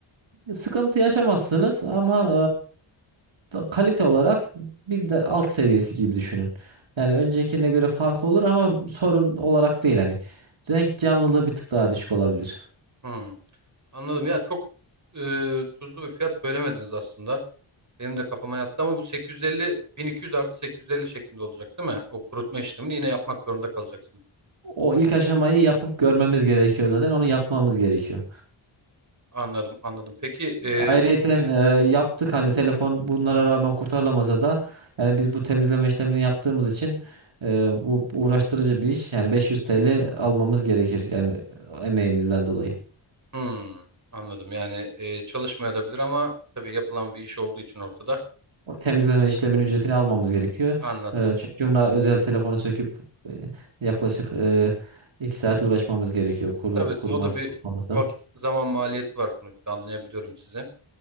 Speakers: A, on the right; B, on the right.
A: Sıkıntı yaşamazsınız ama e, da- kalite olarak bir de alt seviyesi gibi düşünün. Yani öncekine göre fark olur ama sorun olarak değil hani. Renk canlılığı bir tık daha düşük olabilir.
B: Hı. Anladım. Ya çok e, tuzlu bir fiyat söylemediniz aslında. Benim de kafama yattı ama bu 850 1200 artı 850 şeklinde olacak değil mi? O kurutma işlemini yine yapmak zorunda kalacaksınız.
A: O ilk aşamayı yapıp görmemiz gerekiyor zaten. Onu yapmamız gerekiyor.
B: Anladım, anladım. Peki e,
A: Ayrıyeten
B: bu
A: e, yaptık hani telefon bunlara rağmen kurtarılamasa da yani biz bu temizleme işlemini yaptığımız için e, bu uğraştırıcı bir iş. Yani 500 TL almamız gerekir yani emeğimizden dolayı.
B: hmm, anladım. Yani e, çalışmayabilir ama tabii yapılan bir iş olduğu için ortada.
A: O temizleme işleminin ücretini almamız gerekiyor.
B: Anladım.
A: E, çünkü ona özel telefonu söküp e, yaklaşık e, 2 saat uğraşmamız gerekiyor kuru,
B: Tabii
A: kuruması,
B: o da bir
A: toplaması.
B: vakit zaman maliyeti var sonuçta anlayabiliyorum sizi.